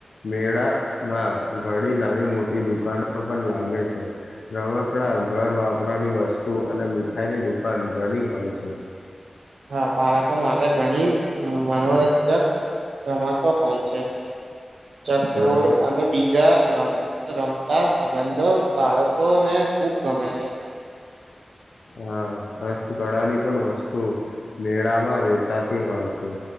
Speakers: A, on the left (about 75°); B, on the right (about 80°).
A: મેળામાં ઘડી નાની મોટી દુકાનો પણ લાગે છે રમકડા ઘર વાપરાની વસ્તુ અને મીઠાઈની દુકાન ઘણી હોય છે.
B: હા બાળકો માટે ઘણી મનોરંજક રમતો હોય છે ચક્ક્દોર
A: શબ્દ
B: અને બીજા રમ રમતા સંબંધો બાળકોને ખૂબ ગમે છે. <inaudible>
A: હા હસ્તકળાની પણ વસ્તુ મેળામાં વેચાતી હોય છે.